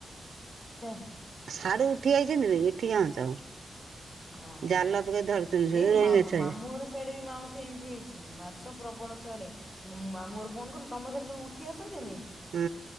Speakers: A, on the left; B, on the right.
A: ଛେ
B: ଶାଢୁ ଉଠି ଆଇଛନ୍ତିବେ ଏଠିକାମାଛ।
A: ଓହୋ
B: ଜାଲ ପକେଇ ଧରିଛନ୍ତି
A: ଏଇ
B: ସେ ରୋହିମାଛ
A: ମା ମାମୁଁ ଘର ସିଆଡେ ବି ମାଉସୀ ଏମିତି ହେଇଛି ମାଛ ପ୍ରବଳ ସିଆଡେ। ମୁଁ ମାମୁଁ ଘରୁ ଫୋନ କଲି ତମ ସେଠି ଯୋଉ ଉଠି ଆସନ୍ତିନି।
B: ହୁଁ।